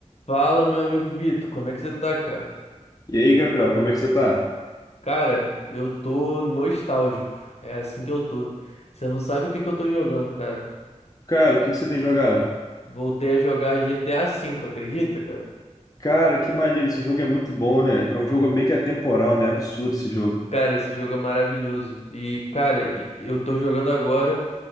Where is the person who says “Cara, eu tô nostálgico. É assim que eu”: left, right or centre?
Left